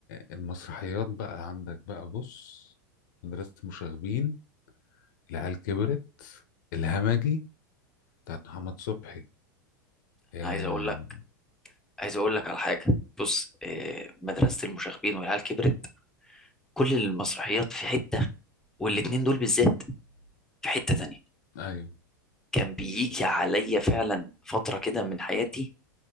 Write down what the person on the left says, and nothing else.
المسرحيات بقى عندك بقى بص مدرسة مشاغبين العيال كبرت الهمجي بتاعت محمد صبحي
آه.
ايوه